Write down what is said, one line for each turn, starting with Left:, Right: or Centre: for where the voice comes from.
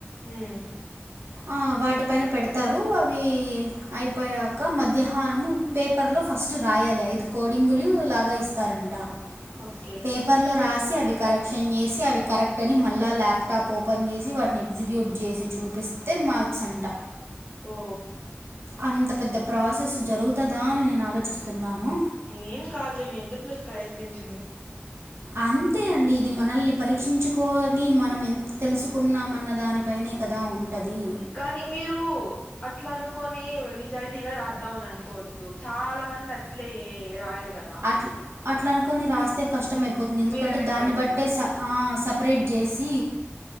Left: హ్మ్
Right: హా వాటిపైన పెడతారు అవి అయిపోయాక మధ్యాహానము పేపర్లో ఫస్ట్ రాయాలి ఐదు కోడింగులు లాగా ఇస్తారంట
Left: ఓకే
Right: పేపర్లో రాసి అవి కరెక్షన్ చేసి అవి కరెక్ట్ అని మళ్ళా ల్యాప్టాప్ ఓపెన్ చేసి వాటిని ఎగ్జిక్యూట్ చేసి చూపిస్తే మార్క్స్ అంట
Left: ఓ
Right: అంత పెద్ద ప్రాసెస్ జరుగుతుందా అని నేను ఆలోచిస్తున్నాను
Left: ఏం కాదు మీ అంతటి మీరు ప్రయత్నించండి
Right: అంతే అండి ఇది మనల్ని పరీక్షించుకొని మనం ఎంత తెలుసుకున్నామన్న దానిపైనే కదా ఉ ఉంటది
Left: కానీ మీరు అట్లా అనుకోని నిజాయితీగా రాద్దాం అని అనుకోవద్దు చాలా మంది అట్లే రాయరు కదా
Right: అట్ అట్లా అనుకని రాస్తే కష్టమయిపోతుంది ఎందుకంటే
Left: మీరు వెనక్కి
Right: దాన్ని
Left: పడిపోతారు
Right: బట్టే స ఆ సపరేట్ చేసి